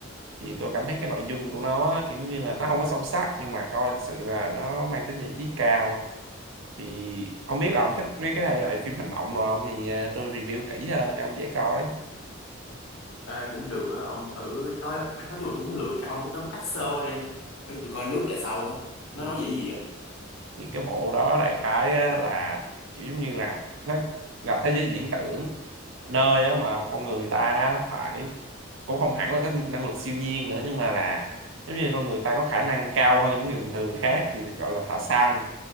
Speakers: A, on the right; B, on the left.
A: Thì tôi cảm thấy cái nội dung của nó á, kiểu như là nó không có sâu sắc, nhưng mà coi thật sự là nó mang tính giải trí cao. Thì ông biết là ông thích cái thể loại phim hành động rồi không? Thì à, tôi review kỹ hơn cho ông dễ coi.
B: ai cũng được á ông thử coi anh nói chung là tôi cũng lười coi ông cứ tóm tắt sơ qua đi cái gì tôi coi lướt lại sau á nó
A: Ừ.
B: nói về cái gì vậy
A: thì cái bộ đó đại khái á, là kiểu giống như là nó là thế giới viễn tưởng nơi á, mà con người ta phải cũng không hẳn là có năng lực siêu nhiên nữa nhưng mà là giống như con người ta có khả năng cao hơn những người bình thường khác thì được gọi là thợ săn